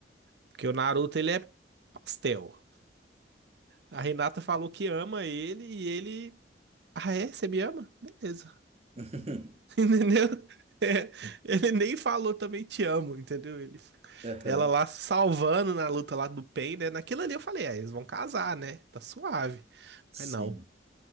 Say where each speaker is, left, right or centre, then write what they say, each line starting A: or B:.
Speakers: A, on the right; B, on the right.
A: porque o Naruto ele é pastel. A Renata falou que ama ele e ele, ah é, você me ama? Beleza.
B: <laughs>
A: <laughs> Entendeu? É, ele nem falou também te amo, entendeu? Ele,
B: Aham,
A: ela lá se salvando na luta lá do Pain, né? Naquilo ali eu falei, é, eles vão casar, né? Tá suave.
B: sim.
A: Mas não.